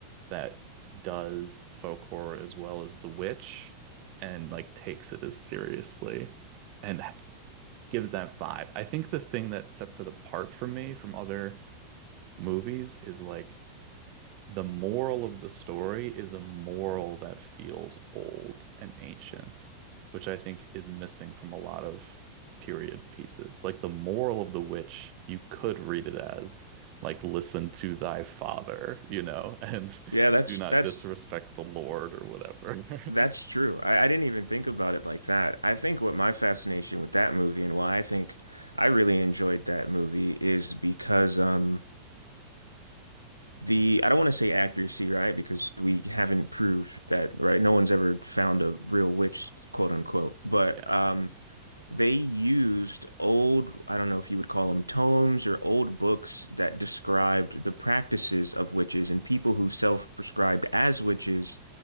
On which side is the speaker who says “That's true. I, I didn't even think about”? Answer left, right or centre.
Left